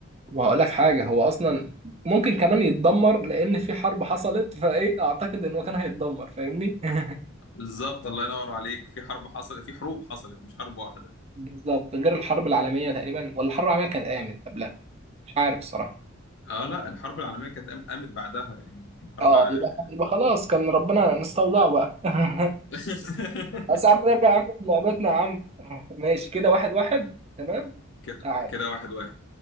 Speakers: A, on the right; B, on the left.
A: وهقول لك حاجة هو أصلا ممكن كمان يتدمر لأن في حرب حصلت فإيه أعتقد إن هو كان هيتدمر فاهمني <laughs>
B: بالظبط الله ينور عليك في حرب حصلت في حروب حصلت مش حرب واحدة
A: بالظبط غير الحرب العالمية تقريبا ولا الحرب العالمية كانت قامت قبلها مش عارف الصراحة
B: اه لا الحرب العالمية كانت قام- قامت بعدها يعني الحرب
A: اه
B: الع...
A: يبقى يبقى خلاص كان ربنا نستودعه بقى <laughs>
B: <laughs>
A: بس يا عم نرجع يا عم لعبتنا يا عم ماشي كده واحد واحد تمام
B: كده
A: تعال
B: كده واحد واحد